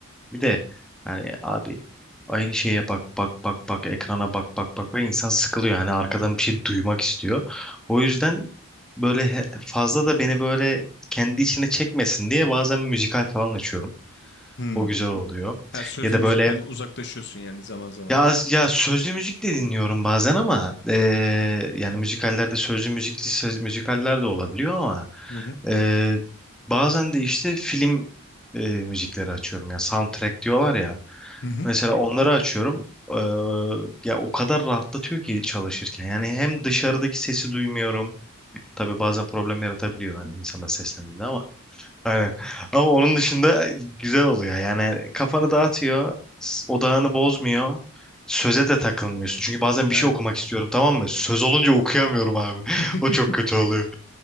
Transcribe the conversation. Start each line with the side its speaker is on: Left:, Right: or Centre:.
Centre: Bir de yani abi aynı şeye bak bak bak bak ekrana bak bak bak ve insan sıkılıyor. Yani arkadan bir şey duymak istiyor. O yüzden böyle he- fazla da beni böyle kendi içine çekmesin diye bazen müzikal falan açıyorum.
Left: Hmm.
Centre: O güzel oluyor.
Left: Her sözlü
Centre: Ya da
Left: müzikten
Centre: böyle
Left: uzaklaşıyorsun yani zaman zaman.
Centre: Ya, az- ya sözlü müzik de dinliyorum bazen ama eee, yani müzikallerde sözlü müzikli söz, müzikaller de olabiliyor ama
Left: Hı hı.
Centre: eee, bazen de işte film eee, müzikleri açıyorum. Yani soundtrack diyorlar ya.
Left: Hı hı.
Centre: Mesela onları açıyorum. Eee, ya o kadar rahatlatıyor ki çalışırken. Yani hem dışarıdaki sesi duymuyorum. Tabii bazen problem yaratabiliyor hani insana seslendiğinde ama. Aynen. Ama onun dışında güzel oluyor. Yani kafanı dağıtıyor, s- odağını bozmuyor. Söze de takılmıyorsun. Çünkü bazen bir
Left: Evet.
Centre: şey okumak istiyorum tamam mı? Söz olunca okuyamıyorum abi.
Left: <laughs>
Centre: <laughs> O çok kötü oluyor.